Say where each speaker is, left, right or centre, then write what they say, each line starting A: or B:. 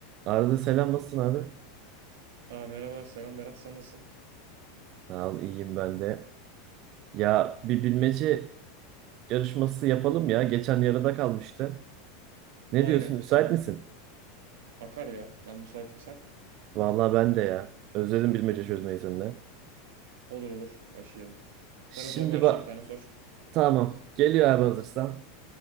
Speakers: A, on the right; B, on the right.
A: Arada selam nasılsın abi?
B: Aa, merhaba selam Berat sen nasılsın?
A: Sağ ol iyiyim ben de. Ya bir bilmece yarışması yapalım ya. Geçen yarıda kalmıştı. Ne
B: Aynen
A: diyorsun müsait
B: aynen.
A: misin?
B: Akar ya ben müsaitim sen.
A: Vallahi ben de ya. Özledim bilmece çözmeyi
B: T-
A: seninle.
B: olur olur başlayalım.
A: Şimdi
B: Sen o zaman başla
A: bak
B: bir tane sor.
A: tamam geliyor abi hazırsan.